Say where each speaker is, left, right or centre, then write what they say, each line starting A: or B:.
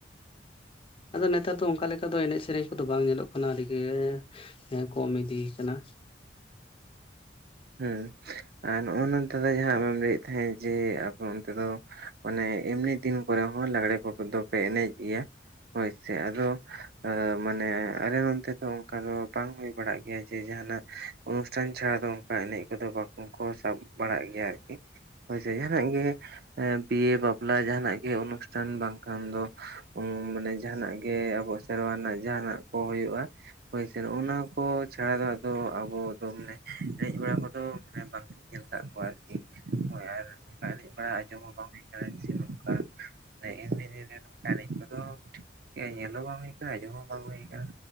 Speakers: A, on the left; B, on the right.
A: ᱟᱫᱚ ᱱᱮᱛᱟᱨ ᱫᱚ ᱚᱱᱠᱟ ᱞᱮᱠᱟ ᱫᱚ ᱮᱱᱮᱡ ᱥᱮᱨᱮᱧ ᱠᱚᱫᱚ ᱵᱟᱝ ᱧᱮᱞᱚᱜ ᱠᱟᱱᱟ ᱟᱹᱰᱤ ᱜᱮ ᱠᱚᱢ ᱤᱫᱤᱭ ᱠᱟᱱᱟ
B: ᱦᱮᱸ ᱟᱨ ᱱᱚᱜᱼᱚ ᱱᱚᱛᱮ ᱡᱟᱦᱟᱸ ᱟᱢᱮᱢ ᱞᱟᱹᱭᱮᱫ ᱛᱟᱦᱮᱸᱫ ᱡᱮ ᱟᱯᱮ ᱚᱱᱛᱮ ᱫᱚ ᱢᱚᱱᱮ ᱮᱢᱱᱤ ᱫᱤᱱ ᱠᱚᱨᱮ ᱦᱚᱸ ᱞᱟᱜᱽᱲᱮ ᱠᱚ ᱫᱚᱯᱮ ᱮᱱᱮᱡ ᱜᱮᱭᱟ ᱦᱳᱭᱥᱮ ᱟᱫᱚ ᱢᱟᱱᱮ ᱟᱞᱮ ᱱᱚᱱᱛᱮ ᱫᱚ ᱚᱱᱠᱟ ᱫᱚ ᱵᱟᱝ ᱦᱩᱭ ᱵᱟᱲᱟᱜ ᱜᱮᱭᱟ ᱡᱮ ᱡᱟᱦᱟᱱᱟᱜ ᱚᱱᱩᱥᱴᱷᱟᱱ ᱪᱷᱟᱲᱟ ᱫᱚ ᱚᱱᱠᱟ ᱮᱱᱮᱡ ᱠᱚᱫᱚ ᱵᱟᱠᱚ ᱥᱟᱵ ᱵᱟᱲᱟᱜ ᱜᱮᱭᱟ ᱟᱨᱠᱤ ᱦᱚᱳᱥᱮ ᱡᱟᱦᱟᱱᱟᱜ ᱜᱮ ᱮᱸ ᱵᱤᱭᱮ ᱵᱟᱯᱞᱟ ᱡᱟᱦᱱᱟᱜ ᱜᱮ ᱚᱱᱩᱥᱴᱷᱟᱱ ᱵᱟᱝᱠᱷᱟᱱ ᱫᱚ ᱢᱟᱱᱮ ᱡᱟᱦᱟᱱᱟᱜ ᱜᱮ ᱟᱵᱚ ᱥᱮᱨᱣᱟ ᱨᱮᱱᱟᱜ ᱡᱟᱦᱟᱱᱟᱜ ᱠᱚ ᱦᱩᱭᱩᱜᱼᱟ ᱦᱳᱭ ᱥᱮ ᱚᱱᱟ ᱠᱚ ᱪᱷᱟᱲᱟ ᱫᱚ ᱟᱫᱚ ᱟᱵᱚ ᱫᱚ ᱢᱟᱱᱮ ᱮᱱᱮᱡ ᱵᱟᱲᱟ ᱠᱚᱫᱚ ᱢᱟᱱᱮ ᱵᱟᱝᱞᱤᱧ ᱧᱮᱞ ᱟᱠᱟᱫ ᱠᱚᱣᱟ ᱟᱨᱠᱤ ᱦᱳᱭ ᱟᱨ ᱚᱱᱠᱟ ᱮᱱᱮᱡ ᱵᱟᱲᱟ ᱟᱸᱡᱚᱢ ᱦᱚᱸ ᱵᱟᱝ ᱦᱩᱭ ᱠᱟᱱᱟ ᱡᱮ ᱱᱚᱝᱠᱟ ᱮᱢᱱᱤ ᱫᱤᱱ ᱨᱮ ᱮᱱᱮᱡ ᱠᱚᱫᱚ ᱧᱮᱞ ᱦᱚᱸ ᱵᱟᱝ ᱦᱩᱭ ᱟᱠᱟᱱᱟ ᱟᱸᱡᱚᱢ ᱦᱚᱸ ᱵᱟᱝ ᱦᱩᱭ ᱟᱠᱟᱱᱟ